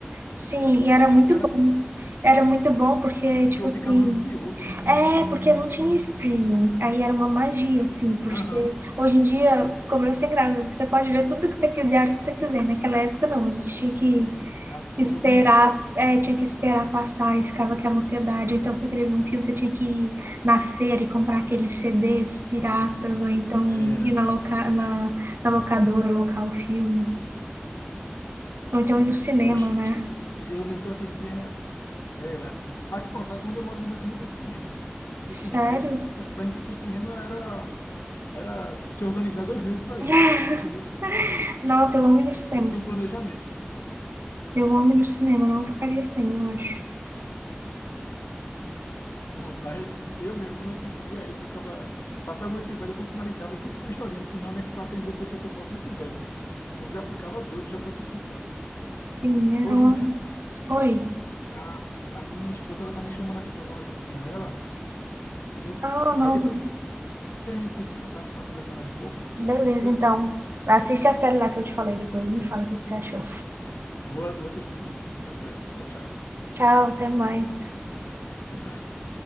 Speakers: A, on the right (about 65°); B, on the left (about 80°).
A: Sim, e era muito
B: não era?
A: bom. Era muito bom porque,
B: Porque
A: tipo
B: eu
A: assim,
B: ficava ansioso.
A: é porque não tinha streaming. Aí era uma magia, assim, porque
B: Aham.
A: hoje em dia ficou meio sem graça. Você pode ver tudo que você quiser, a hora que você quiser. Naquela época, não, a gente tinha que
B: A todo
A: Esperar,
B: momento, é.
A: é, tinha que esperar passar e ficava aquela ansiedade. Então, você queria ver um filme, você tinha que ir na feira e comprar aqueles CDs piratas, ou então
B: Era.
A: ir na, loca,
B: Verdade.
A: na, na locadora, locar o filme. Ou então ir no cinema,
B: Oxi,
A: né?
B: eu lembro que eu assistia. Era. Aqui, pronto, onde eu moro mesmo aqui não tem cinema. Não
A: Sério?
B: tem cinema. Aí, oxe, pra gente ir pro cinema era, era se organizar dois meses pra
A: <laughs>
B: ir. Entendeu?
A: Nossa, eu amo ir no cinema.
B: Aí Tem que ter um planejamento.
A: Eu amo ir no cinema, não ficaria sem, eu acho.
B: Pronto. Aí, eu mesmo, quando assistia, eu ficava. Passava um episódio, aí quando finalizava, e sempre tem uma historinha no final, né? Que pra aprender a pessoa pro próximo episódio. Eu já ficava doido já pra assistir o próximo.
A: Sim, era
B: Ô, Júnior.
A: um... Oi.
B: a, a minha esposa ela tá me chamando aqui para dar uma ajudinha a ela, entendeu?
A: Ah, não.
B: Aí depois a gente entra em contato para conversar mais um pouco.
A: Beleza,
B: Pode ser?
A: então. Assiste a série lá que eu te falei depois. e Me fala o que que você achou.
B: Vou, vou assistir sim. Tá certo. Tchau, tchau.
A: Tchau, até mais.
B: Até mais.